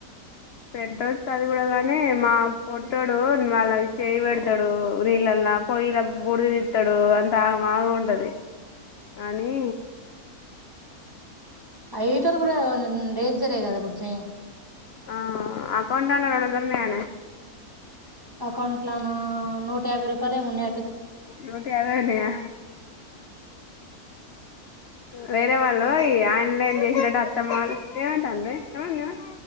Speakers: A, on the left; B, on the right.
A: పెట్టొచ్చు అది కూడా కానీ మా పోట్టోడు మళ చేయి పెడతాడు, నీళ్ళలా, పొయ్యలా బుడిది తిత్తడు అంత ఆగమాగా ఉంటది అని.
B: ఆ హీటర్ కూడా డేంజరే కదా బుజ్జి
A: ఆ అకౌంట్లో అనా రెండు వందలు ఉన్నాయనే
B: అకౌంట్లోనా నూట యాభై రూపాయలు ఏమో ఉన్నాయి
A: నూట యాభై ఉన్నయా వేరే వాళ్ళు ఈ ఆన్లైన్ చేసిరంట అత్తమ్మాలు ఏమంటందే ఏమన్ ఏమన్